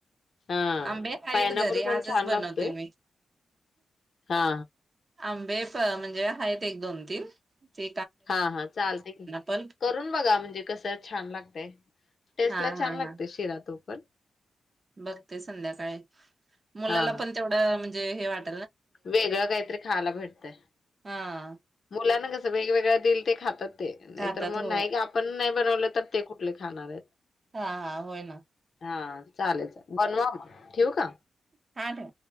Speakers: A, on the left; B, on the right.
A: हा
B: आंबे आहेत
A: पायनॅपल
B: घरी
A: पण
B: आजच
A: छान
B: बनवते
A: लागतोय.
B: मी.
A: हा
B: आंबे तर, म्हणजे आहेत- आहेत एक, दोन, तीन ते
A: हा- हा, चालते की
B: पल्प.
A: करून बघा, म्हणजे कस छान लागते टेस्टला,
B: हां,
A: छान
B: हां,
A: लागते
B: हां.
A: शिरा, तूप पण
B: बघते संध्याकाळी, मुलाला
A: हा
B: पण तेवढा म्हणजे हे, वाट
A: वेगळं काहीतरी खायला मिळाले,
B: हां.
A: मुलांना कसं वेगवेगळ दिल ते खातात ते नाहीतर
B: खातात
A: मग,
B: होय.
A: नाही तर आपण नाही बनवलं तर ते कुठले खाणार आहेत?
B: हां हां होय ना.
A: हा चालेल- चालेल बनवा मग, ठेऊ का?
B: ठठ <inaudible>